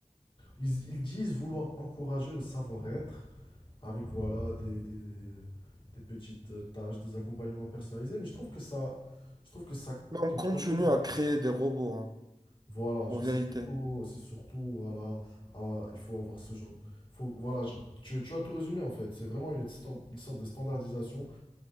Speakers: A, on the left; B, on the right.
A: ils, ils disent vouloir encourager le savoir-être avec voilà des, des, des petites tâches, des accompagnements personnalisés, mais je trouve que ça, je trouve que ça,
B: Mais on
A: qu'il
B: continue
A: y a quand même,
B: à créer des robots, hein,
A: voilà, genre
B: en vérité.
A: c'est surtout, c'est surtout, voilà, ah, il faut avoir ce genre, il faut, voilà, genre, tu, tu as tout résumé en fait, c'est vraiment une, stan- une sorte de standardisation.